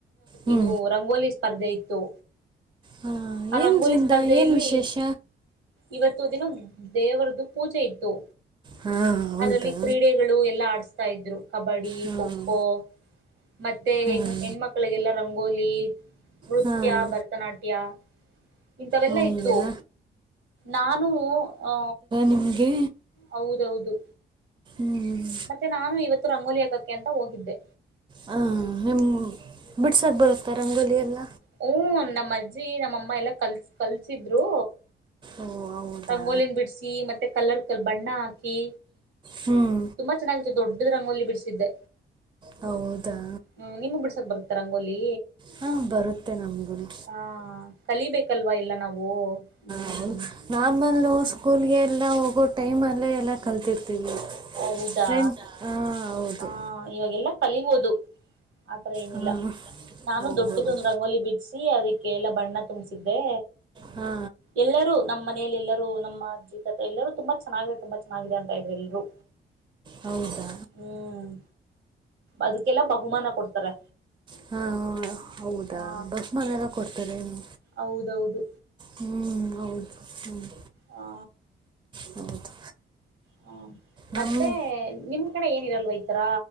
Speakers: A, on the right; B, on the right.
A: ಹ್ಞೂ
B: ಇದು ರಂಗೋಲಿ ಸ್ಪರ್ಧೆ ಇತ್ತು
A: ಹಾಂ
B: ಆ
A: ಏನರಿಂದ
B: ರಂಗೋಲಿ ಸ್ಪರ್ಧೆಯಲ್ಲಿ
A: ಏನು ವಿಶೇಷ
B: ಇವತ್ತು ದಿನ ದೇವರದ್ದು ಪೂಜೆ ಇತ್ತು
A: ಹಾಂ ಹೌದಾ
B: ಅದರಲ್ಲಿ ಕ್ರೀಡೆ ಎಲ್ಲಾ ಆಡಿಸಸ್ತಾ ಇದ್ರು ಕಬಡ್ಡಿ
A: ಹಾಂ
B: ಖೋಖೋ ೋ ಮತ್ತೆ
A: ಹಾಂ
B: ಹೆ ಹೆಣ್ಮಕ್ಳಿಗೆಲ್ಲ ರಂಗೋಲಿ ನೃತ್ಯ
A: ಹಾಂ
B: ಬರ್ತ ಭರತನಾಟ್ಯ ಇಂಥವೆಲ್ಲಾ
A: ಹೌದಾ
B: ಇತ್ತು ನಾನು ಆ
A: ನಮ್ಗೆ.
B: ಹೌದೌದು.
A: ಹ್ಮ್.
B: ಮತ್ತೆ ನಾನು ಇವತ್ತು ರಂಗೋಲಿ ಅಕಕ್ಕೆ ಅಂತ ಹೋಗಿದ್ದೆ.
A: ಹ ನಿಮ್ ಬಿಡ್ಸಕ್ ಬರುತ್ತಾ ರಂಗೋಲಿ ಎಲ್ಲ.
B: ಹೂ ನಮ್ಮ್ ಅಜ್ಜಿ ನಮ್ಮಮ್ಮ ಎಲ್ಲಾ ಕಲ್ಸ. ಕಲ್ಸಿದ್ರು
A: ಓ ಹೌದಾ
B: ರಂಗೋಲಿನ್ ಬಿಡ್ಸಿ ಮತ್. ಮತ್ತೆ ಕಲರ್ ಕಲ್ ಬಣ್ಣ ಅಕಿ.
A: ಹ್ಮ್.
B: ತುಂಬ ಚೆನ್ನಾಗಿತ್ತು ದೊಡುದ್ ರಂಗೋಲಿ ಬಿಡ್ಸಿದೆ.
A: ಹೌದಾ.
B: ಹ್ಮ ನಿಮಗ್ ಬಿಡ್ಸಕ್ ಬರುತ್ತ ರಂಗೋಲಿ.
A: ಹಾ ಬರುತ್ತೆ ನಂಗೂನೂ.
B: ಹಾ ಕಲಿಬೇಕಲ್ವಾ ಎಲ್ಲ ನಾವು. ಹ್ಮ್
A: ಹಾವ್ದ್ ನಾರ್ಮಲ್ಲು ಸ್ಕೂಲ್ಗೆ ಎಲ್ಲ ಹೋಗೋ ಟೈಮಲ್ಲೇ ಎಲ್ಲ ಕಲ್ತಿರ್ತೀವಿ.
B: ಹೌದಾ
A: ಫ್ರೆಂಡ್ ಹಾಂ ಹೌದು
B: ಹ ಇವಾಗೆಲ್ಲ. ಕಲಿಬೋದು ಆತರ ಏನಿಲ್ಲ
A: ಹಾಂ
B: ನಾನು
A: ಹೌದೌದು
B: ದೊಡ್ದುದೊಂದ್ ರಂಗೋಲಿ ಬಿಟ್. ಸಿ ಅದಿಕ್ಕೆ ಎಲ್ಲ ಬಣ್ಣ ತುಂಬ್ಸಿದೆ.
A: ಹಾ.
B: ಎಲ್ಲರೂ ನಮ್ಮ್ ಮನೆಯಲ್ ಎಲ್ಲರೂ ನಮ್ ಅಜ್ಜಿ ತತ್ತಾ ಎಲ್ಲರೂ ತುಂಬಾ ಚೆನ್ನಗಿದೆ ತುಂಬಾ ಚೆನ್ನಗಿದೆ ಅಂತ ಇದ್ರು ಎಲ್ರು.
A: ಹೌದಾ.
B: ಹ್ಮ್ ಅದುಕ್ಕೆಲ್ಲ ಬಹುಮಾನ ಕೊಡ್ತಾರೆ.
A: ಹ್ಮ ಹಾ. ಹೌದಾ
B: ಆ
A: ಬಸ್ ಮನಲ್ಲ ಕೊಡ್ತಾರೆನೂ.
B: ಹೌದೌದು
A: ಹ್ಮ್ಮ್ ಹೌದು ಹ್ಮ್ಮ್.
B: ಹಾ.
A: ಹೌದು.
B: ಹಾ
A: ನಮ್ಮ
B: ಮತ್ತೆ ನಿಮ್. ನಿಮ್ ಕಡೆ ಏನಿರಲ್ವ ಇತರ